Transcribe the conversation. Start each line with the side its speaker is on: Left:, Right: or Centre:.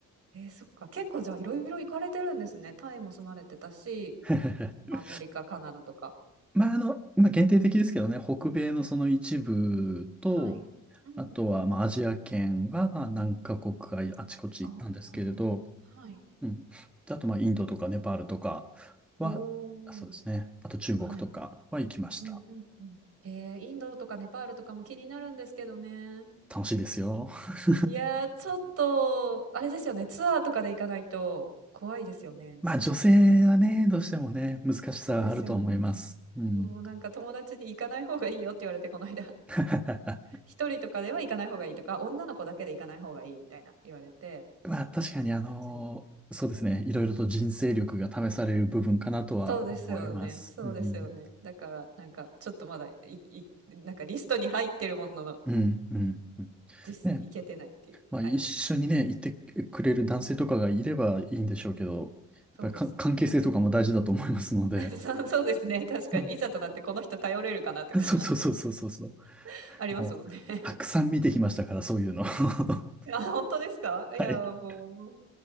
Right: えー、そっか。結構じゃあいろいろ行かれてるんですね。タイも住まれてたし、
Centre: <laughs>
Right: アメリカ、カナダとか。
Centre: まあ、あの、今限定的ですけどね、北米のその一部と、
Right: はい。うんうん。
Centre: あとは、まあ、アジア圏は、まあ、何カ国かあちこち行ったんですけれど、
Right: ああ。はい。
Centre: うん。であと、まあ、インドとかネパールとかは、
Right: おお。
Centre: あそうですね。あと、中国とかは行きました。
Right: はい。うんうんうん。で、インドとかネパールとかも気になるんですけどね。
Centre: 楽しいですよ。<laughs>
Right: いやー、ちょっと、あれですよね。ツアーとかで行かないと怖いですよね。
Centre: まあ、女性はね、どうしてもね、難しさはあると思います。
Right: そうですよね。
Centre: うん。
Right: そう、なんか友達に行かない方がいいよって言われて、この間。<laughs>
Centre: <laughs>
Right: 一人とかでは行かない方がいいとか、女の子だけで行かない方がいいみたいな言われて、
Centre: まあ、確かに、
Right: 友達に。
Centre: あのそうですね。いろいろと人生力が試される部分かなとは思います。
Right: そうですよね。そうですよね。
Centre: うん。
Right: だから、なんか、ちょっとまだ、い、い、なんかリストに入ってるものの、
Centre: うん、うん、うん。
Right: 実、
Centre: ね。
Right: 行けてないっていう。
Centre: まあ、
Right: はい。
Centre: 一緒にね、行ってくれる男性とかがいればいいんでしょうけど、やっぱりか関係性とかも大事だと思いますので。
Right: そうですね。<laughs> そうそうですね、確かに。
Centre: <laughs> うん
Right: いざとなってこの人頼れるかなとか
Centre: そうそうそうそうそうそう。
Right: <laughs> ありますもんね。
Centre: もう、
Right: <laughs>
Centre: たくさん見てきましたから、そういうの。<laughs> は
Right: あ、本当ですかいや、
Centre: い。
Right: もう、